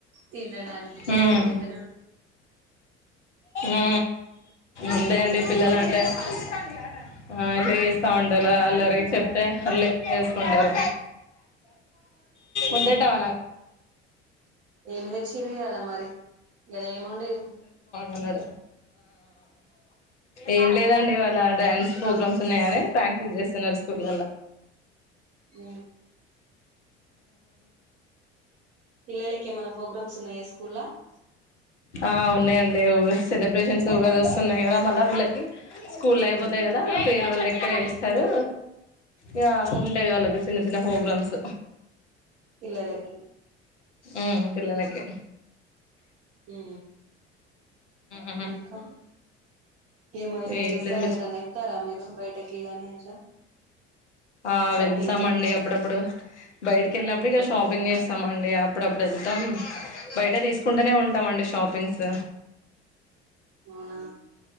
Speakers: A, on the right; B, on the left.
A: తినడానికి చేసుకుని
B: ఉమ్
A: తింటడం
B: ఆ అంతే అండి పిల్లలు అంటే చాల ఆ ఇ బే సగుండల అలా మ చెప్తే మళ్ళీ వేసుకుంటారు ఉదండి ావ
A: ఏం సీాల మరి ఎలముండేరు
B: అన్నాడు ఏం లేదండివాళ డ్యాన్స్ ప్రోగ్రామ్స్ ఉన్నాయని ప్రాక్టీస్ చేస్తున్నారు స్కూల్
A: అ పిల్లలకి ఏమైనా ప్రోగ్రామ్స్ ఉన్నాయా స్కూల్లా
B: ఆఓ ఉన్నాయంండి సెలబ్రేషన్ సో అది వస్తున్నాయి కదా మళ్ళీ వీళ్ళకి స్కూల్ల్లో అయిపోతాయి కదా ఫేర్‌వెల్ లెక్కా ారు ఇక ఉంటా వాళ్ళకి చిన్న చిన్న ప్రోగ్రామ్స్
A: పిల్లలకి
B: ఉమ్ పిల్లలకి
A: ఆ
B: ఉమ్
A: ఇంకా ఏమైనా
B: ఏం
A: చేస్తారా
B: లేదు మిస్
A: ఎటనా ఎళ్తారా మీరు బయటకీ గానీ అట్లా
B: ఆ
A: షాపింగ్
B: వెళ్తామండి
A: లని
B: అప్పుడప్పుడు బయటికి వెళ్ళినప్పుడు
A: అప్పుడప్పుడు
B: ఇక షాపింగ్
A: వెళ్తారా
B: చేస్తామండి అప్పుడప్పుడు వెళ్ వెళ్తాం బయట తీసుకుంటూనే ఉంటామండి షాపింగ్స్
A: అవునా